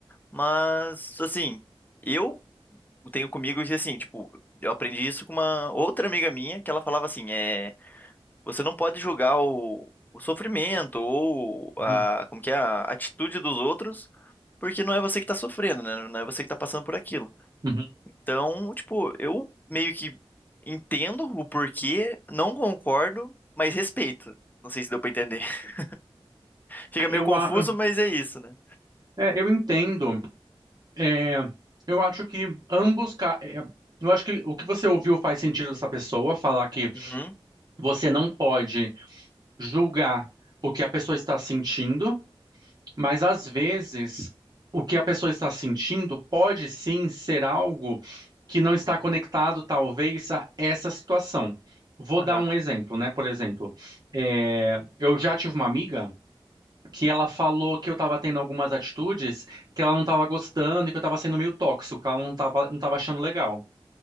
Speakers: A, on the left; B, on the right.
A: mas assim, eu tenho comigo que assim, tipo, eu aprendi isso com uma outra amiga minha, que ela falava assim, é, você não pode julgar o, o sofrimento ou a,
B: uhum,
A: como que é, a atitude dos outros, porque não é você que tá sofrendo, né? Não é você que tá passando por aquilo.
B: uhum.
A: Então, tipo, eu meio que entendo o porquê, não concordo, mas respeito. Não sei se deu pra entender. <laughs> Fica
B: Eu,
A: meio confuso,
B: a-
A: mas é isso, né?
B: é, eu entendo. É, eu acho que ambos. ca- é, eu acho que o que você ouviu faz sentido dessa pessoa falar que
A: Uhum,
B: você não pode julgar o que a pessoa está sentindo, Mas às vezes, o que a pessoa está sentindo pode sim ser algo que não está conectado, talvez, a essa situação. Vou
A: aham,
B: dar um exemplo, né? Por exemplo, é, eu já tive uma amiga que ela falou que eu estava tendo algumas atitudes que ela não estava gostando, e que eu estava sendo meio tóxico, que ela não estava não estava achando legal.